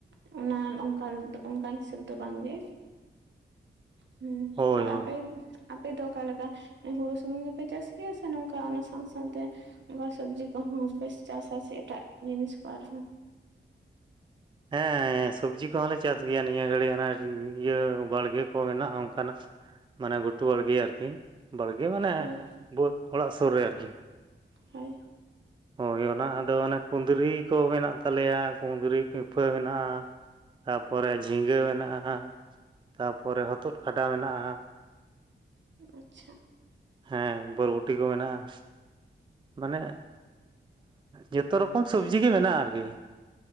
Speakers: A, on the right; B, on the right.
A: ᱚᱱᱟ ᱚᱱᱠᱟ ᱚᱱᱠᱟ ᱦᱤᱥᱟᱹᱵ ᱫᱚ ᱵᱟᱝ ᱜᱮ᱾ ᱦᱩᱸ
B: ᱦᱳᱭ
A: ᱟᱨ
B: ᱦᱳᱭ
A: ᱟᱯᱮ? ᱟᱯᱮ ᱫᱚ ᱚᱠᱟ ᱞᱮᱠᱟ ᱦᱩᱲᱩ ᱥᱩᱢᱩᱝ ᱜᱮᱯᱮ ᱪᱟᱥ ᱜᱮᱭᱟ ᱥᱮ ᱱᱚᱝ ᱚᱱᱠᱟ ᱚᱱᱟ ᱥᱟᱶ ᱥᱟᱶᱛᱮ ᱚᱱᱠᱟ ᱥᱚᱵᱽᱡᱤ ᱠᱚᱦᱚᱸ ᱯᱮ ᱪᱟᱥᱟ ᱥᱮ ᱮᱴᱟᱜ ᱡᱤᱱᱤᱥ ᱠᱚ ᱟᱨᱦᱚᱸ
B: ᱦᱮᱸ ᱥᱚᱵᱽᱡᱤ ᱠᱚᱦᱚᱸ ᱞᱮ ᱪᱟᱥ ᱜᱮᱭᱟ, ᱱᱤᱭᱟᱹ ᱜᱷᱟᱹᱲᱤᱡ ᱦᱚᱸ ᱤᱭᱟᱹ ᱵᱟᱲᱜᱮ ᱠᱚ ᱢᱮᱱᱟᱜᱼᱟ, ᱚᱱᱠᱟᱱᱟᱜ ᱢᱟᱱᱮ ᱜᱷᱩᱴᱩ ᱵᱟᱲᱜᱮ ᱟᱨᱠᱤ, ᱵᱟᱲᱜᱮ ᱢᱟᱱᱮ
A: ᱦᱳᱭ
B: ᱚᱲᱟᱜ ᱥᱩᱨ ᱨᱮ ᱟᱨᱠᱤ
A: ᱦᱳᱭ
B: ᱦᱳᱭ ᱚᱱᱟ ᱟᱫᱚ ᱚᱱᱮ ᱠᱩᱫᱽᱨᱤ ᱠᱚ ᱢᱮᱱᱟᱜ ᱛᱟᱞᱮᱭᱟ ᱠᱩᱸᱫᱽᱨᱤ ᱯᱷᱟᱹ ᱢᱮᱱᱟᱜᱼᱟ ᱛᱟᱨᱯᱚᱨᱮ ᱡᱷᱤᱸᱜᱟᱹ ᱢᱮᱱᱟᱜᱼᱟ᱾ ᱛᱟᱯᱚᱨᱮ ᱦᱚᱛᱚᱫ ᱠᱷᱟᱰᱟ ᱢᱮᱱᱟᱜᱼᱟ᱾
A: ᱟᱪᱪᱷᱟ᱾
B: ᱦᱮᱸ ᱵᱟᱹᱨᱵᱩᱴᱤ ᱠᱚ ᱢᱮᱱᱟᱜᱼᱟ᱾ ᱢᱟᱱᱮ ᱡᱚᱛᱚ ᱨᱚᱠᱚᱢ ᱥᱚᱵᱡᱤ ᱜᱮ ᱢᱮᱱᱟᱜᱼᱟ ᱟᱨᱠᱤ᱾